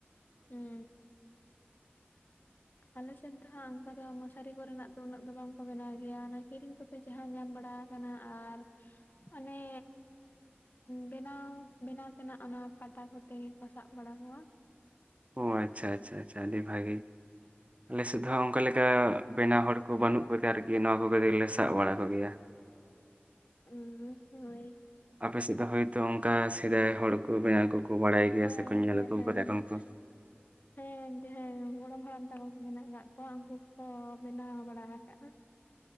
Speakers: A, on the left; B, on the right.
A: ᱦᱮᱸ ᱟᱞᱮᱥᱮᱱ ᱫᱚ ᱦᱟᱸᱜ ᱚᱱᱠᱟ ᱫᱚ ᱢᱚᱥᱟᱨᱤ ᱠᱚᱨᱮᱱᱟᱜ ᱫᱚ ᱩᱱᱟᱹᱜ ᱫᱚ ᱵᱟᱝ ᱠᱚ ᱵᱮᱱᱟᱣ ᱜᱮᱭᱟ ᱚᱱᱟ ᱠᱤᱨᱤᱧ ᱠᱚ ᱡᱟᱦᱟᱸ ᱧᱟᱢ ᱵᱟᱲᱟ ᱟᱠᱟᱱᱟ ᱟᱨ ᱚᱱᱮᱻ ᱵᱮᱱᱟᱣ ᱵᱮᱱᱟᱣ ᱛᱮᱱᱟᱜ ᱚᱱᱟ ᱯᱟᱴᱟ ᱠᱚᱛᱮ ᱜᱮ ᱠᱚ ᱥᱟᱵ ᱵᱟᱲᱟ ᱠᱚᱣᱟ᱾
B: ᱦᱚᱭᱻ ᱟᱪᱪᱷᱟ ᱟᱪᱪᱷᱟ ᱟᱪᱪᱷᱟ ᱟᱹᱰᱤ ᱵᱷᱟᱜᱤ᱾ ᱟᱞᱮ ᱥᱮᱫ ᱦᱚᱸ ᱚᱱᱠᱟ ᱞᱮᱠᱟ ᱵᱮᱱᱟᱣ ᱦᱚᱲ ᱠᱚ ᱵᱟᱹᱱᱩᱜ ᱠᱚᱛᱮ ᱟᱨᱠᱤ ᱱᱚᱣᱟ ᱠᱚᱜᱞᱮ ᱥᱟᱵ ᱵᱟᱲᱟ ᱠᱚᱜᱮᱭᱟ᱾
A: ᱩᱹᱻ ᱦᱳᱭ
B: ᱟᱯᱮ ᱥᱮᱫ ᱫᱚ ᱦᱚᱭᱛᱚ ᱚᱱᱠᱟ ᱥᱮᱫᱟᱭ ᱦᱚᱲ ᱵᱮᱱᱟᱣ ᱠᱚᱠᱚ ᱵᱟᱰᱟᱭ ᱜᱮᱭᱟ
A: ᱦᱳᱭ
B: ᱥᱮᱠᱚ ᱧᱮᱞ
A: ᱦᱳᱭ
B: ᱟᱜᱩ
A: ᱦᱳᱭ
B: ᱟᱠᱟᱫᱟ ᱠᱚ ᱮᱠᱷᱚᱱ ᱛᱚ
A: ᱦᱮᱸ ᱦᱮᱸ ᱜᱚᱲᱚᱢ ᱦᱟᱲᱟᱢ <unintelligible> ᱢᱮᱱᱟᱜ ᱟᱠᱟᱫ ᱠᱚᱣᱟ ᱩᱱᱠᱩ ᱠᱚ ᱵᱮᱱᱟᱣ ᱵᱟᱲᱟ ᱟᱠᱟᱜᱼᱟ